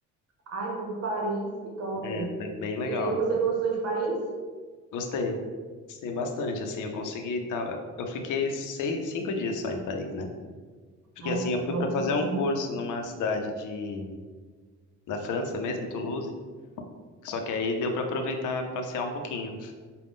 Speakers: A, on the right (about 55°); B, on the left (about 85°).
A: Ai, foi pra Paris, que top.
B: É, foi bem legal.
A: E você
B: assim.
A: gostou de Paris?
B: Gostei. Gostei bastante, assim, eu consegui dar... Eu fiquei seis, cinco dias só em Paris, né? Porque,
A: Ai,
B: assim,
A: que
B: eu fui
A: top
B: para fazer
A: tudo.
B: um curso numa cidade de... da França mesmo, Toulouse. Só que aí deu para aproveitar, passear um pouquinho.